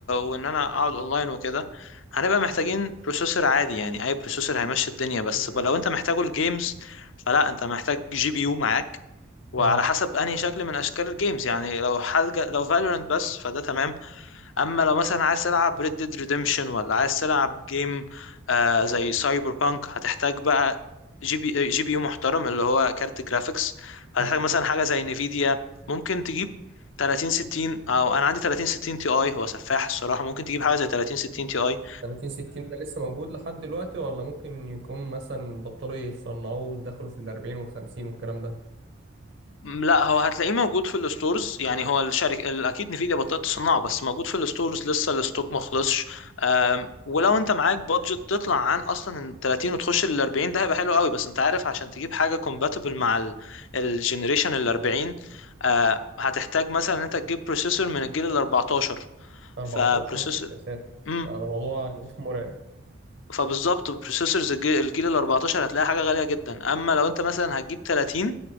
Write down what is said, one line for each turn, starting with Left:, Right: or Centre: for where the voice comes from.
Left: وان انا اقعد اونلاين وكده هنبقى محتاجين بروسيسور عادي يعني اي بروسيسور هيمشي الدنيا بس
Right: مم.
Left: ب- لو انت محتاجه الجيمز فلا انت محتاج جي بي يو معاك وعلى
Right: اه
Left: حسب انهي شكل من اشكال الجيمز يعني لو حاجة لو فالورنت بس فده تمام اما لو مثلا عايز تلعب Red Dead Redemption ولا عايز تلعب جيم آه زي سايبر بانك هتحتاج بقى جي بي جي بي يو محترم اللي هو كارت جرافيكس هتحتاج
Right: مم.
Left: مثلا حاجه زي نفيديا ممكن تجيب 30 60 او انا عندي 30 60 تي اي هو سفاح الصراحه ممكن تجيب حاجه زي 30 60 تي اي
Right: 30 60 ده لسه موجود لحد دلوقتي ولا ممكن يكون مثلا بطلوا يصنعوه ودخلوا في ال 40 وال 50 والكلام ده؟
Left: م، لا هو هتلاقيه موجود في الستورز يعني هو الشركه ال- اكيد نفيديا بطلت تصنعه بس موجود في الستورز لسه الستوك ما خلصش أم، ولو انت معاك بادجت تطلع عن اصلا ال 30 وتخش لل 40 ده هيبقى حلو قوي بس انت عارف عشان تجيب حاجه compatible مع الجنريشن ال 40 آه، هتحتاج مثلا ان انت تجيب بروسيسور من الجيل ال 14
Right: 14
Left: فبروسيسور
Right: يا ساتر
Left: امم
Right: ده ده موضوع يعني <laughs> مرعب
Left: فبالظبط بروسيسورز الجيل ال 14 هتلاقي حاجه غاليه جدا اما لو انت مثلا هتجيب 30